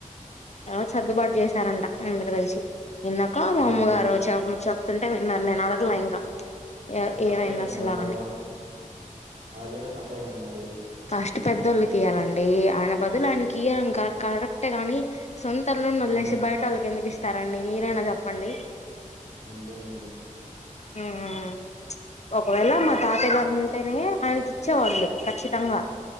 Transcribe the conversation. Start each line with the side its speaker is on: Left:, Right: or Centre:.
Left: ఎ సర్దుబాటు చేశారంట అందరూ కలిసి ఇందాక మా అమ్మ
Right: మరెన్
Left: గారు <unintelligible> తుంటే వినాన్ నేను అడగలే ఇంకా ఏ
Right: మరి తప్పే
Left: ఏమైంది
Right: కండి
Left: అసలు
Right: అలా చేయడం
Left: అని
Right: అలా చేయడం తప్ప అంతేగా అండి మరి
Left: ఫస్ట్ పెద్దోళ్ళుకి ఇయాలండి ఆయన బదులు ఆయనకి ఇయాడం క కరెక్టే కాని సొంత అల్లుని
Right: హ్మ్.
Left: వదిలేసి బయటళ్ళకి ఎందకి ఇస్తం సరండి మీరేనా చెప్పండి
Right: అంతేలేండి
Left: ఉ ఉ ఉ ఒకవేళ మా తాతగారి నేనే ఆయనకి ఇచ్చేవాళ్ళు ఖచ్చితంగ